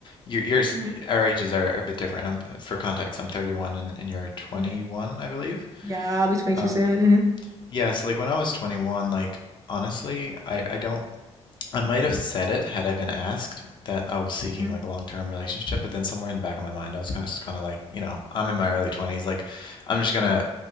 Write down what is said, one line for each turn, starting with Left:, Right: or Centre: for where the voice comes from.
Left: your your s-
Right: hmm
Left: our ages are a bit different. I'm uh, for context, I'm 31 and, and you're 21,
Right: hmm
Left: I believe.
Right: Yeah, I'll be 22
Left: Um,
Right: soon. hmm
Left: yeah, so like when I was 21, like honestly, I I don't I might have said it had I been asked that I was seeking
Right: hmm
Left: like a long-term relationship, but then somewhere in the back of my mind, I was kind of, kind of like, you know, I'm in my early 20s, like I'm just gonna